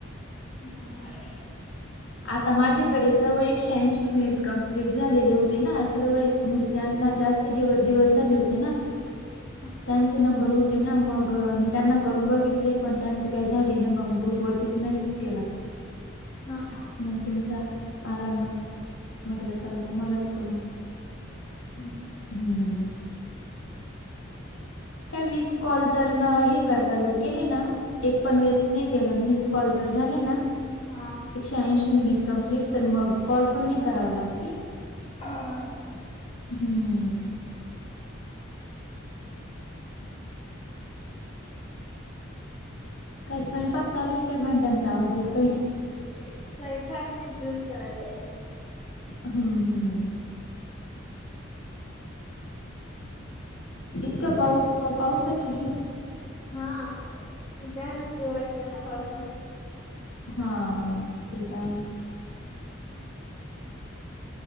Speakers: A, on the left; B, on the left.
A: हा हा.
B: आता माझ्याकडे सर्व एकशे ऐंशी मिनिट कंप्लीट झालेले होते ना, सर्व म्हणजे ज्यांना जास्त दिव दिवस झाले होते ना.
A: <inaudible>
B: त्यांचे नंबर होते ना, मग मी त्यांना करून बघितले. पण त्यांचे काय झाले नाही मग ग्रुप वरतीस मेसेज केला.
A: हा.
B: मग तुमचा आला मग, म्हटलं चला तुम्हालाच करू.
A: हम.
B: हम्म.
A: <inaudible>
B: काय विस कॉल जर न हे करता जर केले ना, एक पण वेस्ट नाही केला, अन् वीस कॉल जर झाले ना?
A: हा.
B: एकशे ऐंशी मिनिट कंप्लीट तर, मग कॉल पण नाही करावा लागते.
A: हम्म हम्म.
B: हम्मं कायं स्वयंपाक चालूं आहे कायं भांड्यांचा आवांज येतोय.
A: स्वयंपाक नाहीं ज्युंस कराले.
B: हम्मं हम्मं इतकं पाऊ पावसांची ज्यूंस.
A: हां गरचं ते वाटतं नां पावसांत.
B: हां ते तरं आहे.